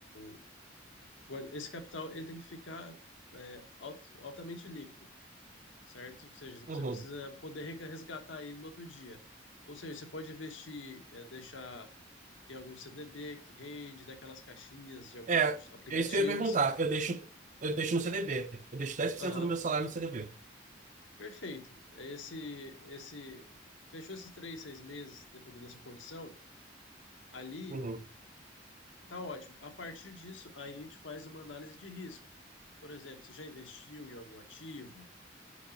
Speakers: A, on the left; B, on the right.
A: o- guarda- esse capital ele tem que ficar é, alt- altamente líquido, certo? Ou seja, você
B: uhum.
A: precisa poder rega- resgatar ele no outro dia. Ou seja, você pode investir, é, deixar em algum CDB que rende, daquelas caixinhas de alguns
B: É,
A: aplicativos.
B: é isso que eu ia perguntar. Eu deixo, eu deixo no CDB. Eu deixo dez por
A: Aham,
B: cento do meu salário no CDB.
A: perfeito. É Esse, esse, fechou esses três, seis meses, dependendo da sua condição. Ali
B: Uhum.
A: Tá ótimo. A partir disso, aí a gente faz uma análise de risco. Por exemplo, se já investiu em algum ativo